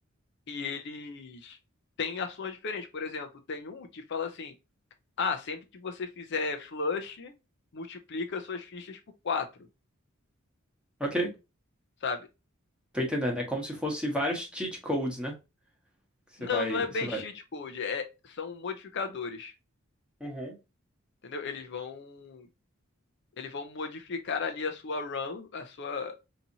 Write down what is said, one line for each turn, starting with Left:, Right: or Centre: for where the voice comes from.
Left: e eles têm ações diferentes. Por exemplo, tem um que fala assim: ah, sempre que você fizer flush, multiplica suas fichas por quatro,
Centre: Ok,
Left: sabe?
Centre: tô entendendo. É como se fosse vários cheat codes, né? Que Você
Left: Não,
Centre: vai,
Left: não é bem
Centre: você vai.
Left: cheat code, é, são modificadores,
Centre: Uhum.
Left: entendeu? Eles vão, eles vão modificar ali a sua run, a sua,